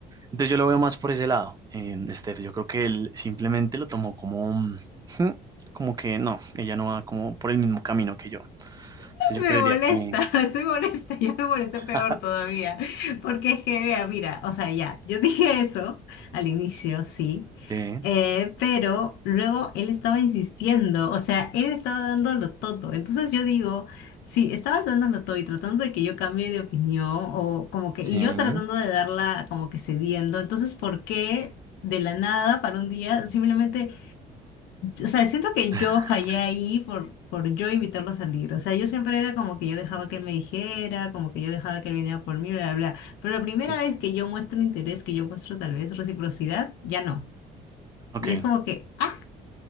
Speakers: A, on the right; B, on the left.
A: Entonces yo lo veo más por ese lado, eh, Steph. Yo creo que él simplemente lo tomó como, mm, "Ujú", como que no, ella no va como por el mismo camino que yo. Entonces yo
B: Me
A: creería
B: molesta,
A: que
B: <laughs> estoy molesta, yo me molesté
A: <laughs>
B: peor todavía, porque es que, vea, mira, o sea, ya, yo <laughs> dije eso al inicio, sí,
A: sí,
B: eh, pero luego él estaba insistiendo, o sea, él estaba dándolo todo, entonces yo digo, si estabas dándolo todo y tratando de que yo cambie de opinión, o como que,
A: sí.
B: y yo tratando de darla como que cediendo, entonces, ¿por qué de la nada para un día simplemente... O sea, siento que
A: <laughs>
B: yo fallé ahí por, por yo invitarlo a salir. O sea, yo siempre era como que yo dejaba
A: Mm,
B: que él me dijera, como que yo dejaba que él viniera por mí, bla, bla, bla. Pero la primera
A: Sí.
B: vez que yo muestro interés, que yo muestro tal vez reciprocidad, ya no.
A: Ok,
B: Y es como que, ah,